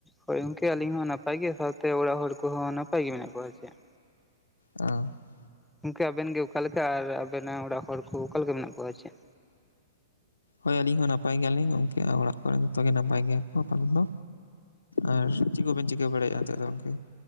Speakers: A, in the centre; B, on the left (about 75°).
A: ᱦᱳᱭ ᱜᱚᱝᱠᱮ ᱟᱹᱞᱤᱧ ᱦᱚᱸ ᱱᱟᱯᱟᱭ ᱜᱮ ᱥᱟᱶᱛᱮ ᱚᱲᱟᱜ ᱦᱚᱲ ᱠᱚᱦᱚᱸ ᱱᱟᱯᱟᱭ ᱜᱮ ᱢᱮᱱᱟᱜ ᱠᱚᱣᱟ ᱪᱮᱫ?
B: ᱚ ᱜᱚᱝᱠᱮ ᱟᱵᱮᱱ
A: ᱜᱚᱝᱠᱮ ᱟᱵᱮᱱ ᱜᱮ ᱚᱠᱟ ᱞᱮᱠᱟ ᱟᱨ ᱟᱵᱮᱱᱟᱜ ᱚᱲᱟᱜ ᱦᱚᱲ ᱠᱚ ᱚᱠᱟᱞᱮ ᱞᱮᱠᱟ ᱢᱮᱱᱟᱜ ᱠᱚᱣᱟ? ᱟᱨ ᱪᱮᱫ
B: ᱦᱳᱭ ᱟᱹᱞᱤᱧ ᱦᱚᱸ ᱱᱟᱯᱟᱭ ᱜᱮᱭᱟᱞᱤᱧ ᱜᱚᱝᱠᱮ ᱚᱲᱟᱜ ᱠᱚᱨᱮᱱ ᱡᱚᱛᱚ ᱜᱮ ᱱᱟᱯᱟᱭ ᱜᱮᱭᱟ ᱠᱚ ᱟᱯᱟ ᱫᱚ ᱛᱚ ᱟᱨ ᱪᱮᱫ ᱠᱚᱵᱮᱱ ᱪᱤᱠᱟᱹ ᱵᱟᱲᱟᱭᱟᱜ-ᱟ, ᱱᱤᱛᱚᱜ ᱫᱚ ᱜᱚᱢᱠᱮ?